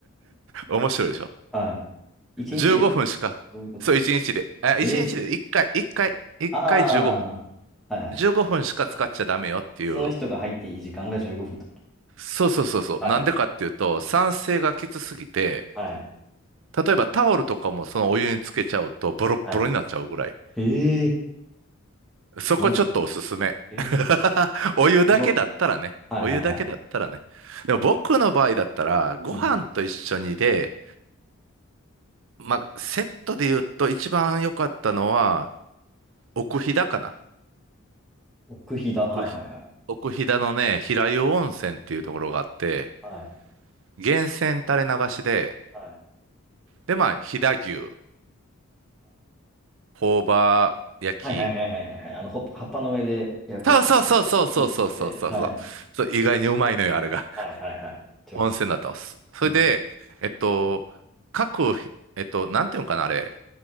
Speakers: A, on the right; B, in the centre.
A: 面白いでしょ
B: はい。一日でってことどういうことですか
A: ?15 分しか。そう、1日で。あ、
B: え
A: 1日で1回、1回、1回15分。
B: ああ、はいはい。
A: 15分しか使っちゃダメよっていう。
B: そその人が入っていい時間が15分ってこと。
A: そうそうそうそう。
B: はいはい
A: なんでかっていうと、酸性がきつすぎて、
B: はい。
A: 例えばタオルとかもそのお湯につけちゃうとボロッボロになっちゃうぐらい。
B: はい。ええ
A: そこちょっとおすすめ。
B: マジええ
A: <laughs> お湯だけだったらね。
B: すごっ。はいはいはい。
A: お湯だけだったらね。でも僕の場合だったら、ご飯と一緒にで、
B: うん。
A: まあ、セットで言うと一番良かったのは、奥飛騨かな。
B: 奥飛騨。
A: 奥飛、
B: はいはいはい。
A: 奥飛騨のね、平湯温泉っていうところがあって、
B: はいはい
A: 源泉垂れ流しで、
B: はい。
A: で、まあ、飛騨牛、朴葉焼き。
B: はいはいはいはいはいはいはいはいはいはいはいはいあの、ほっぱ葉っぱの上で焼くやつ。
A: そうそうそうそうそうそうそうそうそう。
B: 味噌つけて。はい。
A: そう、意外にうまいのよ、あれが。
B: はいはいはい。
A: <laughs>
B: ちょいしいです。
A: 温泉だったんです。それで、
B: うん。
A: えっと、各、えっと、なんていうのかな、あれ。